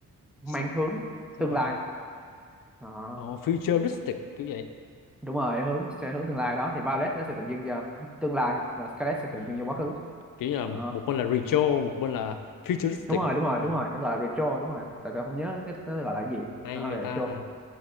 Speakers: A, in the centre; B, on the left.
A: mang
B: xe
A: hướng
B: xe
A: tương
B: bay
A: lai à,
B: Ồ, futuristic kiểu vậy
A: đúng rồi hướng sẽ hướng tương lai đó thì Violet nó sẽ tượng trưng cho tương lai và Scarlet sẽ
B: à.
A: tượng trưng cho quá khứ
B: kiểu như là
A: à,
B: một một bên là retro một bên là futuristic
A: đúng rồi đúng rồi
B: đó
A: đúng rồi nó gọi là retro đúng rồi tại tôi không nhớ cái nó gọi là gì
B: hay
A: nó gọi
B: vậy
A: là
B: ta
A: retro